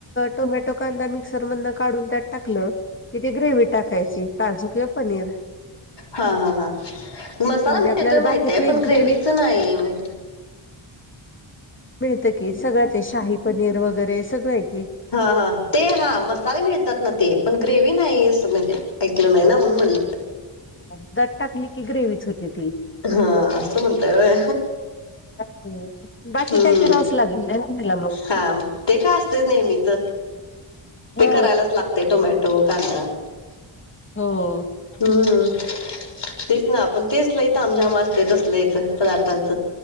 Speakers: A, on the left (about 25°); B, on the left (about 55°).
A: टोमॅटो, कांदा मिक्सर मधन काढून त्यात टाकलं- कि ती ग्रेव्ही टाकायची. काजू किंवा पनीर.
B: हां. हां. हां. मसाला
A: म्हणजे
B: मिळतोय
A: आपल्याला
B: माहीतीए.
A: बाकीची
B: पण ग्रेव्हीच
A: ग्रेव्ही
B: नाही म्ह-
A: मिळत की. सगळंच आहे. शाही पनीर वगैरे सगळंय की.
B: हां. हां. ते हां मसाले मिळतात ना ते. पण ग्रेव्ही नाही असं नाही म्हणजे ऐकलं नाही ना म्हणून म्हणलं.
A: <unintelligible> टाकली की ग्रेव्हीच होते ती.
B: हां. अस म्हणताय होय.
A: हम्म. बाकी
B: हम्म.
A: काय करावंच लागेल ना त्याला मग
B: हां. ते काय असतेच नेहमीच. ते
A: हा
B: करायलाच लागतय टोमॅटो, कांदा-
A: हो.
B: हम्म. तेच ना पण तेच लय तामझाम असत. तस लय चं पदार्थांचं